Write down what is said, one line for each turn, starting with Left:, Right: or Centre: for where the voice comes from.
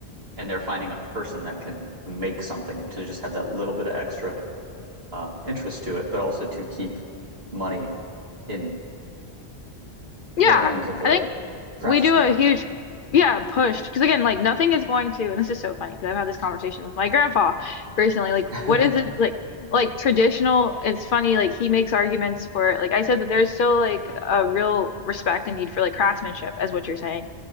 Right: and they're finding a person that can make something to just have that little bit of extra um, interest to it, but also to keep money in
Left: Yeah,
Right: the hands of a
Left: I think
Right: craftsman.
Left: we do a huge, yeah, push. Because again, like nothing is going to, and this is so funny because I've had this conversation with my grandpa recently. Like,
Right: <laughs>
Left: what is it like? Like traditional, it's funny. Like he makes arguments for, like I said, that there's still like a real respect and need for like craftsmanship, as what you're saying,